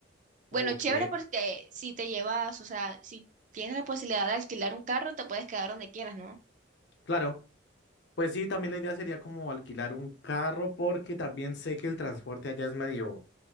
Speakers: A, on the right; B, on the left.
A: Bueno,
B: Ok,
A: chévere porque si te llevas, o sea, si tienes la posibilidad de alquilar un carro, te puedes quedar donde quieras, ¿no?
B: claro. Pues sí, también la idea sería como alquilar un carro porque también sé que el transporte allá es medio,